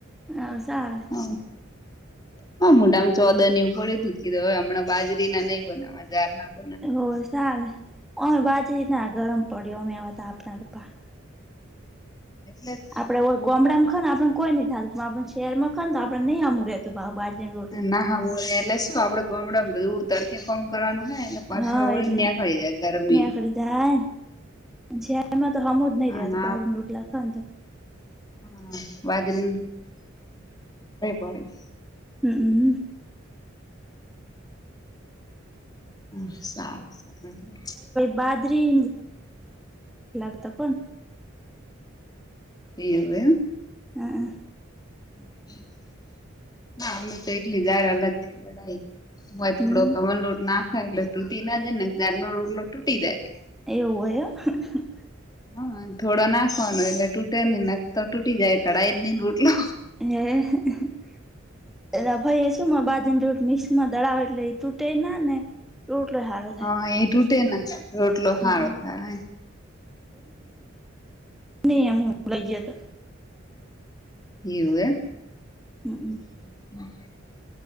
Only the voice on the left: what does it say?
હ. હા મોટામાં ચોદર એવું પડ તું જ કીધું હવે હમણાં બાજરી ના નહી બનાવા <unintelligible>
એટલે તો
ના હા હું એટલે શું આપડે ગમડામાં બધું તડકે કોમ કરવાનું હોય એટલે પરસેવો
વળીને
નીકળી જાય ગરમી
અને
હા બાજરી <unintelligible>
હ સારું સારું.
એવું એમ
<unintelligible> <unintelligible>
હા થોડો નાખવાનો એટલે તૂટે નહી ના તો તૂટી <unintelligible> નઈ રોટલો
હા એ તૂટે ના રોટલો હારો
થાય
એવું હે
<inaudible>